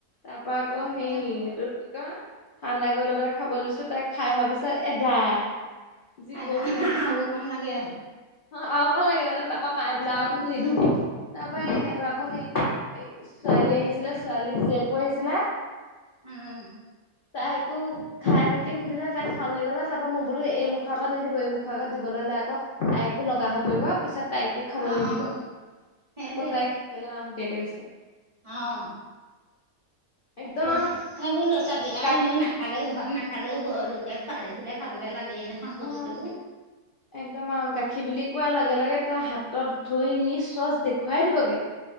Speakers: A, on the left; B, on the right.
A: তাৰ পৰা আকৌ
B: তাকে
A: সেই এইটো কি কয় ঠাণ্ডা কৰি লৈ পেলাই খাবলৈ দিছো তাই খাই হোৱা পিছত এদাই যি
B: এ
A: কৈছে
B: আৰু অকন লাগে
A: আৰু অকন লাগে মায়ে বোলে তোক তাৰপৰা মায়ে বোলে আৰু
B: অকণ
A: তোক
B: লাগে
A: নিদো তাৰ পৰা সিহঁতৰ আকৌ সেই এ ছোৱালী আহিছিলে ছোৱালী জীয়েকো আহিছিলে
B: আহ
A: তাইকো খাই নেকি সুধিলে তাই খাওঁ বুলি কলে তাৰপৰা মই বোলো এই মুখ আগত নিদিব এই মুখৰ আগত দিবলৈ হ'লে আকৌ তাইকো লগা হৈ পৰিব পিছত তাইকো খাবলৈ
B: অ',
A: নিদিব
B: অ', সেইটোৱে
A: আকৌ তাইক খাবলৈ আহতীয়াকে দিছে
B: অ
A: একদম
B: তাকে এই বোৰ ল'ৰা ছোৱালী আৰু
A: গাখীৰ
B: এনেও নাখালেও
A: বিল
B: ঘৰত নাখ খালেও ব লোকে খোৱা দেখিলে খাবলে লাগে নহয় বস্তুবোৰ
A: অ একদম আৰু গাখীৰ বুলি কোৱাৰ লগে লগে তাই হাতত ধৰি নি চচ দেখুৱাই দিবগে